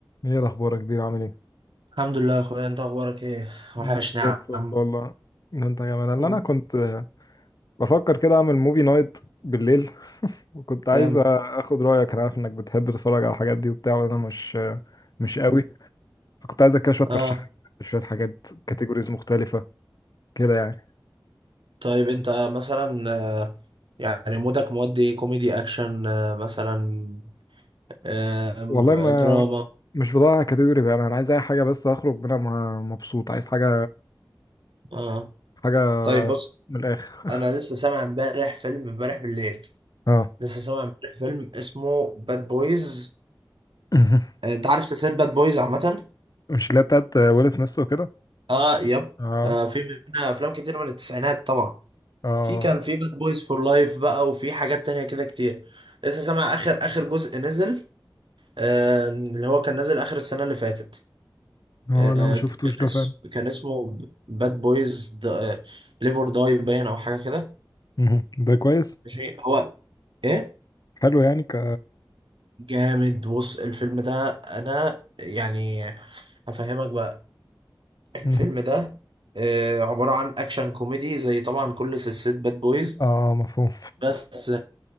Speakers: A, on the left (about 50°); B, on the right (about 80°).
A: ايه الاخبار يا كبير عامل ايه
B: الحمد لله يا اخويا انت اخبارك ايه وحشني
A: مم.
B: يا
A: زي الفل
B: عم
A: والله إن انت كمان اللي
B: مم.
A: انا كنت آه، بفكر كده اعمل موفي نايت بالليل وكنت عايز
B: جامد
A: آه، اخد رايك انا عارف انك بتحب تتفرج على الحاجات دي وبتاع وانا مش آه، مش
B: مم.
A: قوي فكنت عايزك كده شويه ترشيحات
B: اه
A: شويه حاجات كاتيجوريز مختلفه كده يعني
B: طيب انت مثلا آه، يعني مودك مودي إيه؟ كوميدي اكشن آه، مثلا آه، م-
A: والله ما
B: دراما
A: مش بدور على كاتيجوري بقى انا عايز اي حاجه بس اخرج منها م- مبسوط عايز حاجه
B: اه
A: حاجه
B: طيب بص
A: من الاخر
B: انا لسه سامع امبارح فيلم امبارح بالليل
A: اه
B: لسه سامع امبارح فيلم اسمه باد بويز
A: <laughs>
B: انت عارف سلسلة باد بويز عامة
A: مش اللي هي بتاعت آه، ويل سميث وكده
B: اه يب
A: اه
B: آه في منها افلام كتير من التسعينات طبعا
A: اه
B: في كان في باد بويز فور لايف بقى وفي حاجات تانية كده كتير لسه سامع اخر اخر جزء نزل آه اللي هو كان نازل اخر السنة اللي فاتت
A: اه
B: آه
A: لا ما شفتوش
B: كان
A: ده
B: اس
A: فعلا
B: كان اسمه باد بويز ليف اور داي باين او حاجة كده
A: مهم. ده كويس
B: ماشي هو ايه
A: حلو يعني ك
B: جامد بص الفيلم ده انا يعني هفهمك بقى الفيلم
A: مهم.
B: ده آه عبارة عن اكشن كوميدي زي طبعا كل سلسلة باد بويز
A: اه مفهوم
B: بس